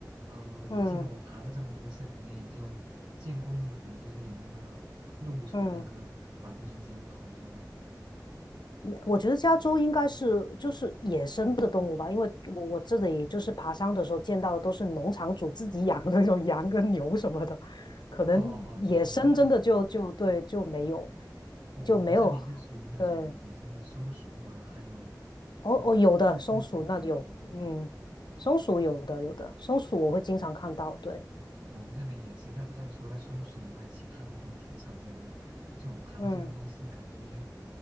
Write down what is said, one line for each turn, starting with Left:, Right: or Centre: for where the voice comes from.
Right: 嗯，我记得我爬了这么多次，
Left: 嗯
Right: 可能也就见过一回，就是有那个鹿从那个马路中间跑出来。
Left: 嗯，我觉得加州应该是就是野生的动物吧，因为我我这里就是爬山的时候见到的都是农场主自己养的那种羊跟牛什么的，可能野生真的就就对就没有
Right: 哦哦，你你是那种，嗯，我我们这边就属于那种野生的松鼠啊，
Left: 就没有，对
Right: 还有，
Left: 哦哦，
Right: 嗯、
Left: 有的松鼠那有，
Right: 就松鼠比较多，
Left: 嗯，
Right: 嗯
Left: 松鼠有的有的，松鼠我会经常看到，
Right: 嗯，
Left: 对，
Right: 我们这边也是，但但除了松鼠以外，其他的都挺少见的。就我爬了这么多次，
Left: 嗯，
Right: 感觉，